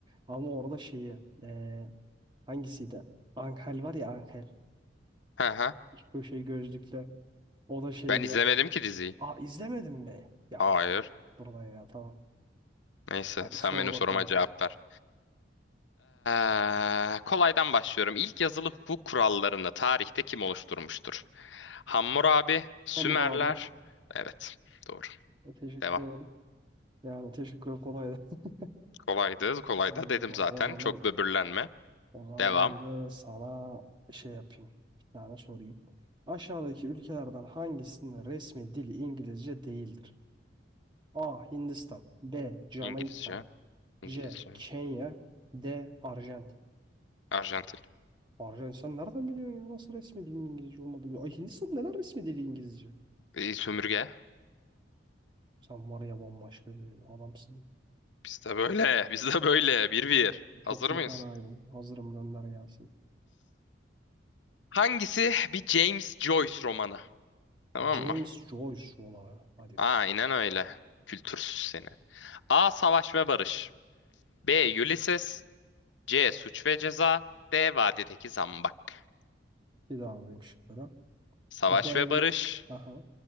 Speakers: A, on the right; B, on the left.
A: Ama orada şeyi, eee, Hangisiydi? Angel var ya Angel.
B: Hı hı.
A: Bu şey gözlüklü. O da şey
B: Ben
A: diyor.
B: izlemedim ki diziyi.
A: Aa izlemedin mi? Ya
B: Hayır.
A: of. Buradan ya tamam.
B: Neyse
A: Hadi
B: sen
A: sor
B: benim
A: bakalım.
B: soruma cevap ver. Ee, kolaydan başlıyorum. İlk yazılı hukuk kurallarını tarihte kim oluşturmuştur? Hammurabi, Sümerler.
A: Hamur abi.
B: Evet, doğru.
A: E, Teşekkür
B: Devam.
A: ederim. Yani teşekkür ederim, kolaydı. <laughs>
B: Kolaydı, kolay
A: Hadi
B: da dedim
A: bakalım.
B: zaten.
A: O zaman
B: Çok böbürlenme.
A: o zaman
B: Devam.
A: ben de sana şey yapayım. Bir tane sorayım. Aşağıdaki ülkelerden hangisinin resmi dili İngilizce değildir? A. Hindistan B. Jamaika
B: İngilizce, İngilizce.
A: C. Kenya D. Arjantin
B: Arjantin.
A: Arjantin sen nereden biliyorsun ya? Nasıl resmi dilin İngilizce olmadığını biliyor. Ay Hindistan neden resmi dili İngilizce?
B: Ee, sömürge.
A: Sen var ya bambaşka bir adamsın.
B: Biz de böyle, biz de böyle. Bir bir.
A: Çok çok
B: Hazır
A: çok
B: mıyız?
A: fenaydın. Hazırım gönder gelsin.
B: Hangisi bir James Joyce romanı? Tamam
A: James
B: mı?
A: Joyce romanı. Hadi
B: Aynen
A: bakalım.
B: öyle. Kültürsüz seni. A. Savaş ve Barış. B. Ulysses. C. Suç ve Ceza. D. Vadideki Zambak.
A: Bir daha alayım şıkları.
B: Savaş
A: B
B: ve
A: ve...
B: Barış.
A: Aha.